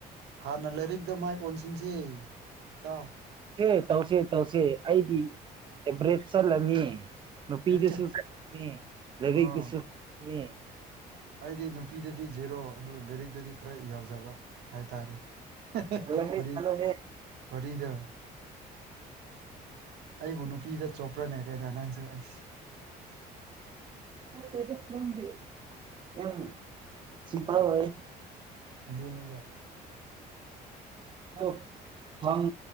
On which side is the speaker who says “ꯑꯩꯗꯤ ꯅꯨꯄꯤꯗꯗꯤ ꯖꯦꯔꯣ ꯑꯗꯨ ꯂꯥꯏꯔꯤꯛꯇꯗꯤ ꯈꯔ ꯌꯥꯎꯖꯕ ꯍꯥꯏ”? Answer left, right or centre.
Right